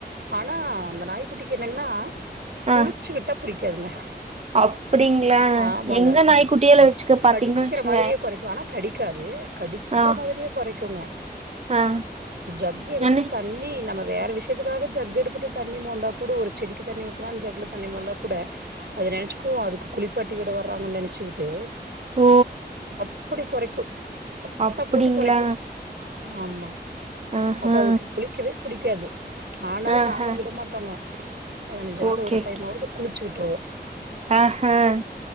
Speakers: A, on the right; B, on the right.
A: ஆனா அந்த நாய்க்குட்டிக்கி என்னங்ன்னா குளிச்சு
B: ஆ
A: விட்ட புடிக்காதுங்க
B: அப்டிங்களா
A: ஆமாங்க
B: எங்க நாய்க்குட்டியால வச்சுக்க பாத்தீங்கன்னா
A: கடிக்கிற
B: வச்சுங்க
A: மாதிரியே கொறைக்கு ஆனா கடிக்காது கடிக்கற
B: ஆ
A: மாதிரியே கொறைக்கும்ங்க
B: ஆ
A: ஜக் எடுத்துட்டு
B: அண்ணே
A: த தண்ணி நம்ம வேற விஷயத்துக்காக ஜக்கு எடுத்துட்டு தண்ணி மோந்தா கூட ஒரு செடிக்கு தண்ணி ஊத்தலாம்ன்னு ஜக்ல தண்ணி மோந்தா கூட அது நெனச்சுக்கும் அதுக்கு குளிப்பாட்டி விட வர்றாங்கன்னு நெனைச்சுட்டு
B: ஓ
A: அப்புடி கொறைக்கும் சத்தம்
B: அப்டிங்களா
A: போட்டு கொறைக்கும் ஆமா
B: ஆஹா
A: அப்ப அதுக்கு குளிக்கவே புடிக்காது ஆனாலும்
B: ஆஹ
A: நாங்க விடமாட் டோங்க பதினஞ்சு நாள்
B: ஓகே
A: ஒரு டைம்மாவது குளிச்சி விட்டுருவோம்
B: ஆஹான்